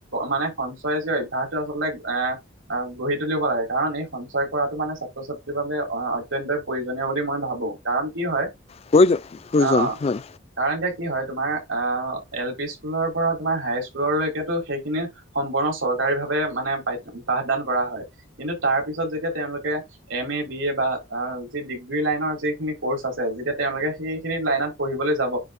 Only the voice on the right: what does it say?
মানে সঞ্চয় যি অভ্যাসটো আচলতে এহ আহ গঢ়ি তুলিব লাগে, কাৰণ এই সঞ্চয় কৰাটো মানে ছাত্ৰ ছাত্ৰীৰ বাবে অত্যন্তই প্ৰয়োজনীয় বুলি মই ভাবো। কাৰণ কি হয়,
অ অ
কাৰণ এতিয়া কি হয় তোমাৰ আহ এল পি স্কুলৰ পৰা তোমাৰ হাই স্কুললৈকেতো সেইখিনি সম্পূৰ্ণ চৰকাৰী ভাৱে মানে পাঠ পাঠদান কৰা হয়, কিন্তু তাৰ পিছত যেতিয়া তেওঁলোকে এম এ, বি এ বা যি ডিগ্ৰী লাইনৰ যিখিনি কৰ্চ আছে যেতিয়া তেওঁলোকে সেইখিনি লাইনত পঢ়িবলৈ যাব,